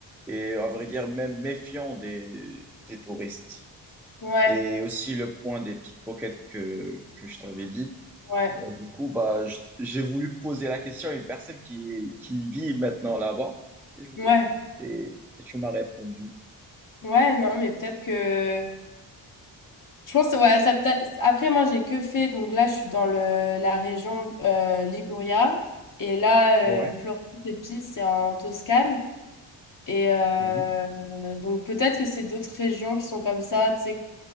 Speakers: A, in the centre; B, on the left.
A: et à vrai dire même méfiants des, des touristes.
B: Ouais,
A: Et aussi le point des pickpockets que, que je t'avais dit.
B: ouais,
A: Euh, du coup, bah, je- j'ai voulu poser la question à une personne qui, qui vit maintenant là-bas et, je-
B: ouais,
A: et- et tu m'as répondu.
B: ouais, non, mais peut-être que. Je pense, ouais, ça peut-être. Après, moi, j'ai que fait. Donc là, je suis dans le, la région euh, Liguria. Et là,
A: Ouais,
B: euh, Florence et Pise, c'est en Toscane. Et euh,
A: mhm,
B: donc, peut-être que c'est d'autres régions qui sont comme ça, tu sais,